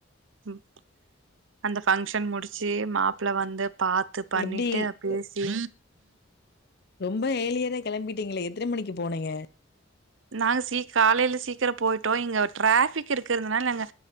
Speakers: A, on the right (about 70°); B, on the left (about 55°).
A: ம் அந்த ஃபங்க்ஷன் முடிச்சி மாப்ள்ள வந்துப் பாத்து பண்ணிட்டு
B: எப்டி
A: பேசி
B: அ ரொம்ப ஏலியரா கெளம்பிட்டீங்களே எத்தன மணிக்கு போனிங்க
A: நாங்க சி காலேல சீக்கிரம் போயிட்டோ இங்க ட்ராபிக் இருக்குறதுனால நாங்க